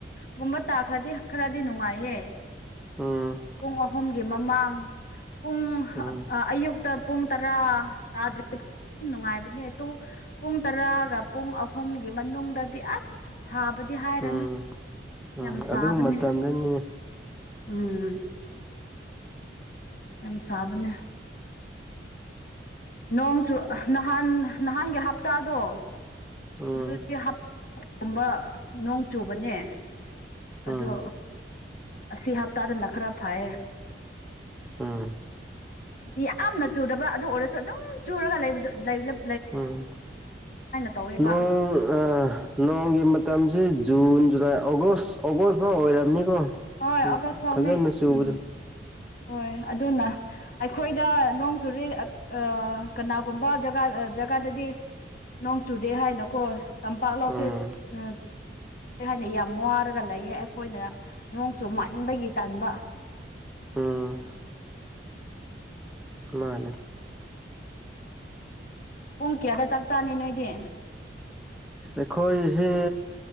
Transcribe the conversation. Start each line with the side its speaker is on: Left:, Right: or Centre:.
Left: ꯒꯨꯝꯕ ꯇꯥꯈ꯭ꯔꯥꯗꯤ ꯈꯔꯗꯤ ꯅꯨꯡꯉꯥꯏꯌꯦ
Centre: ꯎꯝ
Left: ꯄꯨꯡ ꯑꯍꯨꯝꯒꯤ ꯃꯃꯥꯡ ꯄꯨꯡ
Centre: ꯎꯝ
Left: ꯑꯥ ꯑꯌꯨꯛ ꯇꯥ ꯄꯨꯡ ꯇꯔꯥ ꯇꯥꯗꯔꯤ ꯅꯨꯡꯉꯥꯏꯕꯅꯦ ꯑꯗꯨ ꯄꯨꯡ ꯇꯔꯥꯒ ꯄꯨꯡ ꯑꯍꯨꯝꯒꯤ ꯃꯅꯨꯡꯗꯗꯤ ꯑꯁ ꯁꯥꯕꯗꯤ ꯍꯥꯏꯔꯅꯨ
Centre: ꯎꯝ ꯎꯝ
Left: ꯌꯥꯝ ꯁꯥꯕꯅꯦ
Centre: ꯑꯗꯨ ꯃꯇꯝꯗꯅꯤꯅꯦ
Left: ꯎꯝ ꯌꯥꯝ ꯁꯥꯕꯅꯦ ꯅꯣꯡꯆꯨ ꯅꯍꯥꯟ ꯅꯍꯥꯟꯒꯤ ꯍꯞꯇꯥꯗꯣ
Centre: ꯎꯝ
Left: ꯑꯗꯨꯗꯗꯤ ꯍꯞ ꯀꯨꯝꯕ ꯅꯣꯡ ꯆꯨꯕꯅꯦ ꯑꯗꯣ
Centre: ꯎꯝ
Left: ꯑꯁꯤ ꯍꯞꯇꯥꯗꯅ ꯈꯔ ꯐꯩꯌꯦ
Centre: ꯎꯝ
Left: ꯌꯥꯝꯅ ꯆꯨꯗꯕ꯭ꯔꯥ ꯑꯗꯨ ꯑꯣꯏꯔꯁꯨ ꯑꯗꯨꯝ ꯆꯨꯔꯒ ꯂꯩꯕꯗꯣ ꯂꯩ ꯂꯝ
Centre: ꯎꯝ
Left: ꯇꯧꯋꯦꯕ
Centre: ꯅꯣꯡ ꯑꯥ ꯅꯣꯡꯒꯤ ꯃꯇꯝꯁꯤ ꯖꯨꯟ ꯖꯨꯂꯥꯏ ꯑꯣꯒꯁ ꯑꯣꯒꯁ ꯐꯥꯎ ꯑꯣꯏꯔꯝꯅꯤꯀꯣ
Left: ꯍꯣꯏ
Centre: ꯎꯝ
Left: ꯑꯣꯒꯁ ꯐꯥꯎꯅꯦ
Centre: ꯐꯖꯅ ꯆꯨꯕꯗꯣ
Left: ꯎꯝ ꯍꯣꯏ ꯑꯗꯨꯅ ꯑꯩꯈꯣꯏꯗ ꯅꯣꯡ ꯆꯨꯔꯤ ꯑꯥ ꯀꯅꯥꯒꯨꯝꯕ ꯖꯒꯥ ꯖꯒꯥꯗꯗꯤ ꯅꯣꯡ ꯆꯨꯗꯦ ꯍꯥꯏꯅꯀꯣ ꯇꯝꯄꯥꯛ ꯂꯧꯁꯦꯠ
Centre: ꯎꯝ
Left: ꯎꯝ ꯀꯩ ꯍꯥꯏꯅ ꯌꯥꯝ ꯋꯥꯔꯒ ꯂꯩꯌꯦ ꯑꯩꯈꯣꯏꯅ ꯅꯣꯡ ꯆꯨꯃꯟꯕꯒꯤ ꯇꯥꯟꯕ
Centre: ꯎꯝ ꯃꯥꯅꯦ
Left: ꯄꯨꯡ ꯀꯌꯥꯗ ꯆꯥꯛ ꯆꯥꯅꯤ ꯅꯣꯏꯗꯤ
Centre: ꯑꯁ ꯑꯩꯈꯣꯏꯖꯤ